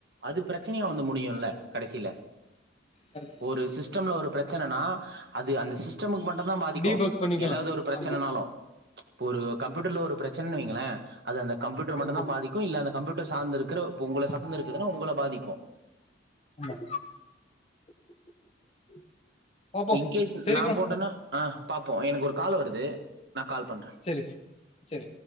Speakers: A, on the right (about 55°); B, on the left (about 35°).
A: அது பிரச்சனையா வந்து முடியும்ல கடைசில
B: கரெக்ட் தா
A: ஒரு சிஸ்டம்ல ஒரு பிரச்சனன்னா அது அந்த சிஸ்டமுக்கு மட்டுந்தா பாதிக்கும்
B: டீபக் பண்ணிக்கலா
A: ஏதாது ஒரு பிரச்சனன்னாலு
B: ஆமா
A: இப்போ ஒரு கம்ப்யூட்டர்ல ஒரு பிரச்சனனு வைங்கள அது அந்த கம்யூட்டர் மட்டுந்தா
B: ஓகே
A: பாதிக்கும் இல்ல அந்த கம்யூட்டர் சார்ந்து இருக்குற இப்போ உங்கள சார்ந்து இருக்குதுன்னா உங்கள பாதிக்கும்
B: ஆமா <inaudible>
A: இன்கேஸ்
B: சரி
A: நா
B: ப்ரோ
A: போட்டேன்னா ஆ பாப்போ எனக்கு ஒரு கால் வருது நா கால் பண்ற
B: சரி ப்ரோ சரி